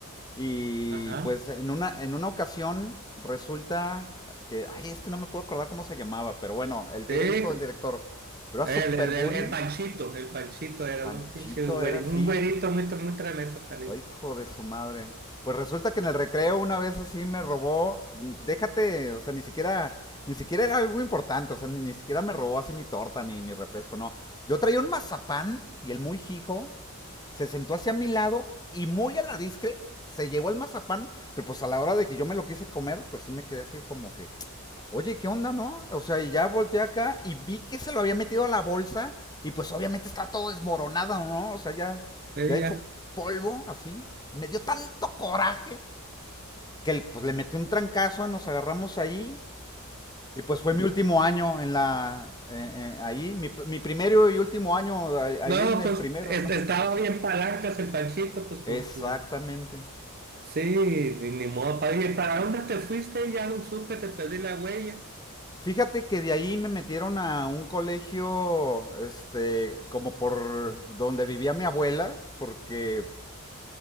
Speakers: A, on the left; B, on the right.
A: y
B: Ajá.
A: pues en una, en una ocasión resulta que, ay, es que no me puedo acordar cómo se llamaba, pero bueno, el que
B: Sí,
A: era
B: el,
A: el hijo del director, pero
B: el,
A: era super bully,
B: el- el Panchito, el Panchito era
A: Panchito
B: un pinche güerito,
A: era así,
B: un güerito muy, muy tremendo, el canijo.
A: Ay, hijo de su madre. Pues resulta que en el recreo una vez así me robó, déjate, o sea, ni siquiera, ni siquiera era algo importante, o sea, ni, ni siquiera me robó así mi torta ni mi refresco, no. Yo traía un mazapán y el muy hijo se sentó hacia mi lado y muy a la discre se llevó el mazapán, pero pues a la hora de que yo me lo quise comer, pues sí me quedé así como que, oye, ¿qué onda, no? O sea, y ya volteé acá y vi que se lo había metido a la bolsa y pues obviamente estaba todo desmoronado, ¿no? O sea, ya,
B: Sí,
A: ya hecho
B: ya.
A: polvo, así. Me dio tanto coraje que pues le metí un trancazo y nos agarramos ahí. Y pues fue mi último año en la, en- en- ahí, mi, mi primero y último año ahí
B: No,
A: en el
B: pues
A: primero.
B: este, estaba bien palancas el Panchito, pues con
A: <laughs> Exactamente.
B: su... Sí, ni, ni modo, pa- oye, ¿para dónde te fuiste? Ya no supe, te perdí la huella.
A: Fíjate que de ahí me metieron a un colegio, este, como por donde vivía mi abuela, porque